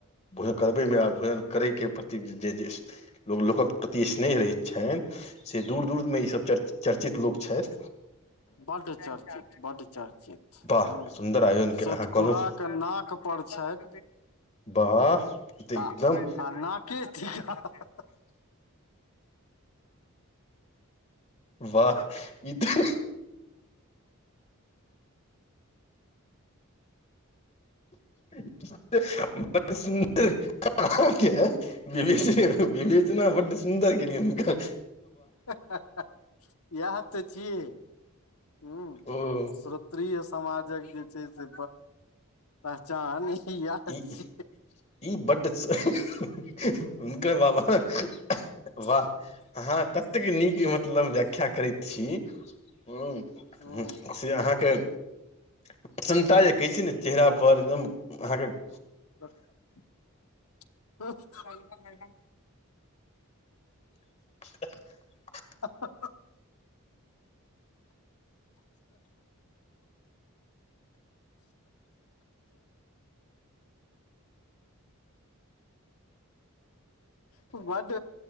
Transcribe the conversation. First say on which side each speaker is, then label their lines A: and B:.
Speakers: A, on the left; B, on the left.
A: भोजन करबेमे आ भोजन करयके प्रति जे जे लोग लोकक प्रति स्नेह रहैत छनि से दूर- दूर मे ई सब चर्चा। चर्चित लोक छथ।
B: बड़ चर्चित बड चर्चित
A: वाह
B: ह
A: सुन्दर आयोजन के
B: सतपुराक
A: अहाँ कहलहुँ
B: के नाक पर छैथ
A: वाह ई तऽ एकदम
B: आ आ नाक के थी अहाँ। <unintelligible>
A: वाह ई तऽ <unintelligible> अहाँ के विवेचना बड्ड सुन्दर केलियै हुनका
B: हा हा हा इएह तऽ छियै हुँ
A: ओ
B: सुत्री समाजक जे छैय से पहचान याह छिये।
A: ई ई बड्ड हुनकर बाबा वाह अहाँ ततेक नीक मतलब व्याख्या करैत छी, हूँ।
B: हूं
A: से अहाँके प्रसन्ता या कैसे ने चेहरा पर पर एकदम अहां के
B: <unintelligible> <unintelligible>
A: <unintelligible>
B: हां हां हां <unintelligible> बड्ड